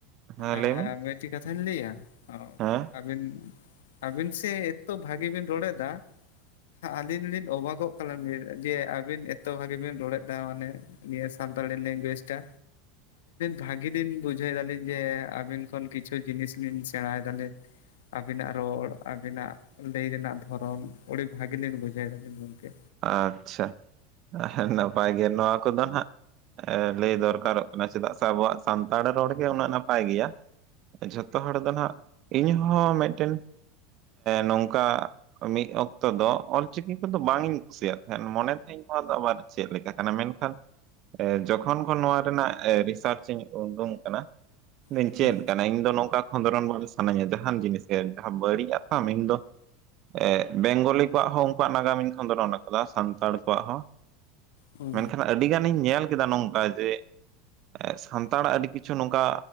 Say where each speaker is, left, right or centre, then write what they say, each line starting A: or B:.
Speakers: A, on the right; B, on the left.
A: ᱦᱮᱸ
B: ᱮᱸᱻ
A: ᱞᱟᱹᱭ ᱢᱮ
B: ᱢᱤᱫᱴᱤ ᱠᱟᱛᱷᱟᱧ ᱞᱟᱹᱭᱟ?
A: ᱦᱮᱸ
B: ᱟᱹᱵᱤᱱ, ᱟᱵᱤᱱ ᱥᱮ ᱮᱛᱚ ᱵᱷᱟᱜᱤ ᱵᱤᱱ ᱨᱚᱲᱮᱫᱟ᱾ ᱟᱹᱞᱤᱧ ᱞᱤᱧ ᱚᱵᱟᱜᱚᱜ ᱠᱟᱱᱟᱞᱤ ᱡᱮ ᱟᱹᱵᱤᱱ ᱮᱛᱚ ᱵᱷᱟᱜᱤ ᱵᱤᱱ ᱨᱚᱲᱮᱫᱟ ᱢᱟᱱᱮ᱾ ᱱᱤᱭᱟᱹ ᱥᱟᱱᱛᱟᱲᱤ ᱞᱮᱸᱝᱜᱩᱭᱩᱡᱽ ᱴᱟ ᱵᱷᱟᱜᱤ ᱞᱤᱧ ᱵᱩᱡᱷᱟᱹᱣ ᱮᱫᱟᱞᱤᱧ ᱡᱮ ᱟᱹᱵᱤᱱ ᱠᱷᱚᱱ ᱠᱤᱪᱷᱩ ᱡᱤᱱᱤᱥ ᱞᱤᱧ ᱥᱮᱬᱟᱭ ᱮᱫᱟ ᱞᱤᱧ᱾ ᱟᱹᱵᱤᱱᱟᱜ ᱨᱚᱲ ᱟᱹᱵᱤᱱᱟᱜ ᱞᱟᱹᱭ ᱨᱮᱱᱟᱜ ᱫᱷᱚᱨᱚᱱ ᱟᱹᱰᱤ ᱵᱷᱟᱜ ᱞᱤᱧ ᱵᱩᱡᱷᱟᱹᱣ ᱮᱫᱟ ᱞᱤᱧ ᱜᱚᱢᱠᱮ᱾
A: ᱟᱪᱪᱷᱟ, ᱱᱟᱯᱟᱭ ᱜᱮ ᱱᱚᱣᱟ ᱠᱚᱫᱚ ᱦᱟᱜ ᱮᱸ ᱞᱟᱹᱭ ᱫᱚᱨᱠᱟᱨᱚᱜ ᱠᱟᱱᱟ, ᱪᱮᱫᱟᱜ ᱥᱮ ᱟᱵᱚᱣᱟᱜ ᱥᱟᱱᱛᱟᱲ ᱨᱚᱲ ᱜᱮ ᱩᱱᱟᱹᱜ ᱱᱟᱯᱟᱭ ᱜᱮᱭᱟ᱾ ᱡᱷᱚᱛᱚ ᱦᱚᱲ ᱫᱚ ᱦᱟᱸᱜ ᱤᱧ ᱦᱚᱸᱢᱤᱫᱴᱮᱱ ᱱᱚᱝᱠᱟ ᱢᱤᱫ ᱚᱠᱛᱚ ᱫᱚ ᱚᱞᱪᱤᱠᱤ ᱠᱚᱫᱚ ᱵᱟᱝ ᱤᱧ ᱠᱩᱥᱤᱭᱟᱜ ᱛᱟᱦᱮᱸᱱ, ᱢᱚᱱᱮ ᱛᱟᱦᱮᱸ ᱱᱚᱣᱟ ᱫᱚ ᱟᱵᱟᱨ ᱪᱮᱫ ᱞᱮᱠᱟ ᱠᱟᱱᱟ? ᱢᱮᱱᱠᱷᱟᱱ ᱮ ᱡᱚᱠᱷᱚᱱ ᱠᱷᱚᱱ ᱱᱚᱣᱟ ᱨᱮᱱᱟᱜ ᱨᱤᱥᱟᱨᱪ ᱤᱧ ᱩᱰᱩᱝ ᱟᱠᱟᱱᱟ᱾ ᱪᱮᱫ
B: ᱦᱮᱸ
A: ᱠᱟᱱᱟ? ᱤᱧ ᱫᱚ ᱱᱚᱝᱠᱟ ᱠᱷᱚᱸᱫᱽᱨᱚᱱ ᱢᱟᱱᱮ ᱥᱟᱱᱟᱹᱧᱟ᱾ ᱡᱟᱦᱟᱱ ᱡᱤᱱᱤᱥ ᱜᱮ ᱡᱟᱦᱟᱸ ᱵᱟᱹᱲᱤᱡ ᱟ ᱛᱟᱢ ᱤᱧ ᱫᱚ᱾ ᱮ ᱵᱮᱝᱜᱽᱞᱤ ᱠᱚᱣᱟᱜ ᱦᱚᱸ ᱩᱱᱠᱩᱣᱟᱜ ᱱᱟᱜᱟᱢᱤᱧ ᱠᱷᱚᱸᱫᱽᱨᱚᱱ ᱱᱟ᱾ ᱥᱟᱱᱛᱟᱲ ᱠᱚᱣᱟᱜ ᱦᱚᱸ,
B: ᱦᱮᱸ
A: ᱢᱮᱱᱠᱷᱟᱱ ᱟᱹᱰᱤ ᱜᱟᱱᱤᱧ ᱧᱮᱞ ᱠᱮᱫᱟ ᱱᱚᱝᱠᱟ ᱡᱮ ᱮ ᱥᱟᱱᱛᱟᱲᱟᱜ ᱟᱹᱰᱤ ᱠᱤᱪᱷᱩ ᱱᱚᱝᱠᱟ